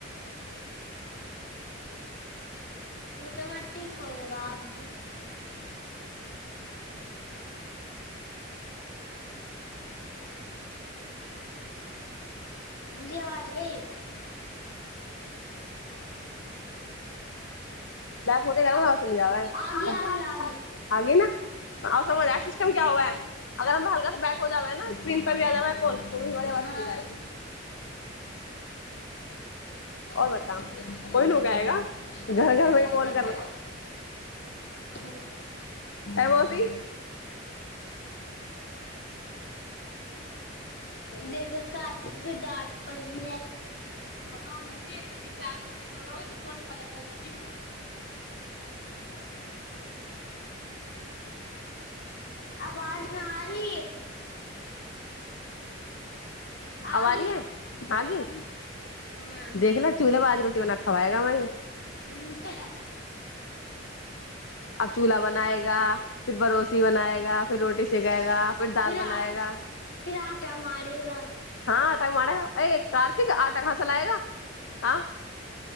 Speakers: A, on the left (about 55°); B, on the left (about 75°).
A: ओ तऽ मठ खो र आ भी। बिजी अवाज गी
B: <unintelligible> बैक होते गरम चली जावा है
A: आगी आी आ ह
B: आगे ना और समझ आया सिस्टम क्या हुआ है अगर हम हल्का सा बैक हो जावे ना स्क्रीन पर भी आ जावे कॉल तो भी हमारी आवाज
A: हँ।
B: चली जाएगी
A: आर
B: और बता कोई लोग आएगा घर
A: होएगा
B: घर में
A: कल
B: कॉल
A: कर रहे ह।
B: ह वोसी।
A: देखग घातिक गडट पर भए। एक के पीछे आगे च टोले तू थोड़ी पल् दी आवाज नहि आ री। आगी
B: आब आ री है आगी
A: हाँ
B: देख ल चूल्हे पर आज रोटी बना खवायगा वाय
A: फिर
B: अब चूल्हा बनाएगा फिर बड़ोसी बनाएगा फिर रोटी सेखएगा फिर दाल बनाएगा।
A: आ फिर आटा मारेगा
B: हँ आटााक मारे अ कार्तिक आटा कहसा लएगा हँ